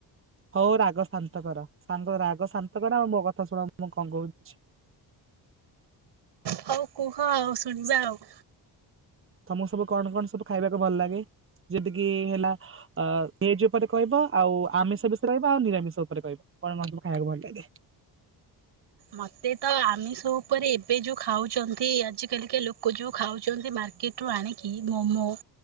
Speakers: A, on the right; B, on the right.
A: ହଉ ରାଗ ଶାନ୍ତ କର। ସାଙ୍ଗ ରାଗ ଶାନ୍ତ କର ଆଉ ମୋ କଥା ଶୁଣ ମୁଁ କଣ କହୁଚି।
B: ହଉ କୁହ ଆଉ ଶୁଣିବା ଆଉ।
A: ତମକୁ ସବୁ କଣ କଣ ସବୁ ଖାଇବାକୁ ଭଲ ଲାଗେ? ଯେମିତିକି ହେଲା ଅ ଭେଜ ଉପରେ କହିବ ଆଉ ଆମିଷ ବିଷୟରେ କହିବ ଆଉ ନିରାମିଷ ଉପରେ କହିବ କଣ ମ ସବୁ ଖାଇବାକୁ ଭଲ ଲାଗେ?
B: ମତେ ତ ଆମିସ ଉପରେ ଏବେ ଯୋଉ ଖାଉଚନ୍ତି ଆଜ କାଲିକା ଲୋକ କ ଯଉ ଖାଉଚନ୍ତି ମାର୍କେଟୁ ଆଣିକି ମୋମୋ